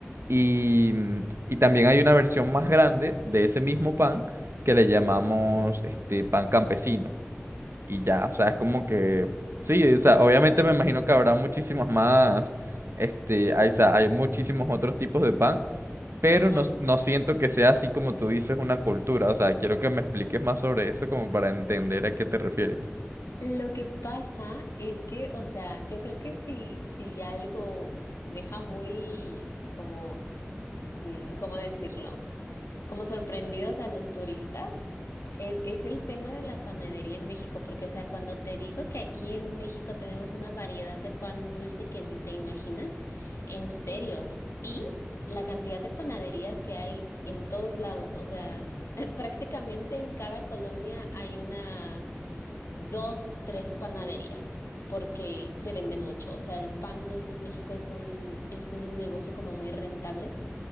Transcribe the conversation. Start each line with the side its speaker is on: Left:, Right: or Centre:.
Right: Y, mm, y también hay una versión más grande de ese mismo pan que le llamamos este pan campesino. Y ya, o sea, es como que sí, o sea, obviamente me imagino que habrá muchísimos más, este, hay, o sea, hay muchísimos otros tipos de pan, pero
Left: Ajá.
Right: no, no siento que sea así como tú dices una cultura. O sea, quiero que me expliques más sobre eso como para entender a qué te refieres.
Left: Lo que pasa es que, o sea, yo creo que si, si algo deja muy, como, mm, ¿cómo decirlo? Como sorprendidos a los turistas. Es, es el tema de la panadería en México, porque, o sea, cuando te digo que aquí en México tenemos una variedad de pan dulce que ni te imaginas, en serio, y la cantidad de panaderías que hay en todos lados, o sea, <laughs> prácticamente en cada colonia hay unas dos, tres panaderías, porque se vende mucho, o sea, el pan dulce en México es un, es un negocio como muy rentable